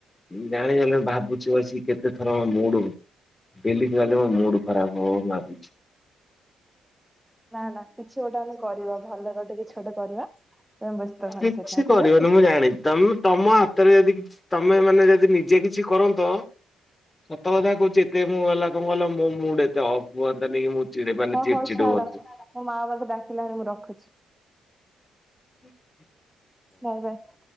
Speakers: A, on the left; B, in the centre.
A: ଜାଣିଗଲେ ଭାବୁଚି ବସି କେତେଥର ମୁଡ଼ ଡେଲି ଗଲେ ମୋ ମୁଡ ଖରାପ ହବ ଭାବୁଚି।
B: ନା ନା କିଛି ଗୋଟେ ଆମେ କରିବା ଭଲ ଗୋଟେ କିଛି ଗୋଟେ କରିବା। ତମେ ବ୍ୟସ୍ତ ହନି
A: କିଛି
B: ସେଥିପାଇଁ
A: କରିବନି
B: ଠିକ ଅଛି।
A: ମୁଁ ଜାଣିଚି ତମେ ତମ ହାତରେ ଯଦି କି ତମେ ମାନେ ଯଦି ନିଜେ କିଛି କରନ୍ତ ସତ କଥା କହୁଚି ଏତେ ମୁଁ ହେଲା କଣ କଇଲ ମୋ ମୁଡ ଏତେ ଅଫ୍ ହୁଅନ୍ତାନି ମୁ ଚିଡ଼ି ମାନେ
B: ହଁ
A: ଚିଡ଼
B: ହଉ
A: ଚିଡ଼
B: ଛାଡ
A: ହୁଅନ୍ତୁ।
B: ମୋ ମାଆ <unintelligible> ଡାକିଲାଣି ମୁଁ ରଖୁଚି।
A: ହୁଁ
B: ବାଏ ବାଏ।